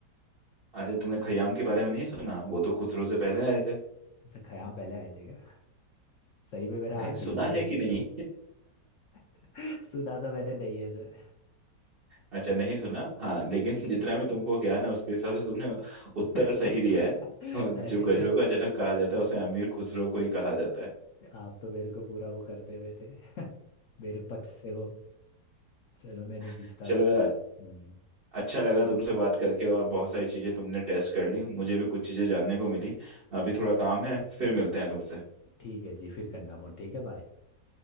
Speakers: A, on the right (about 40°); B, on the left (about 75°).
A: अरे तुमने खयाम के बारे में नहीं सुना वो तो खुसरो से पहले आए थे
B: अच्छा खयाम पहले आए थे क्या सही में मेरा
A: नहीं
B: हाथ ढीला
A: सुना
B: ही है
A: है कि नहीं
B: <laughs> सुना तो मैंने नहीं है सर
A: अच्छा नहीं सुना हाँ लेकिन <laughs> जितना भी तुमको ज्ञान है उसके हिसाब से तुमने उत्तर
B: <laughs>
A: सही दिया है
B: अरे
A: जो गजलों का जनक कहा जाता है उसे अमीर खुसरो को ही कहा जाता है
B: आप तो मेरे को पूरा वो कर दे हुए थे <laughs> मेरे पथ से वो चलो मैंने
A: <laughs>
B: जितना
A: चलो
B: करा हम्म
A: अच्छा लगा तुमसे बात करके और बहुत सारी चीजें तुमने टेस्ट कर ली मुझे भी कुछ चीजें जानने को मिली अभी थोड़ा काम है फिर मिलते हैं तुमसे
B: ठीक है जी फिर करना फोन ठीक है बाय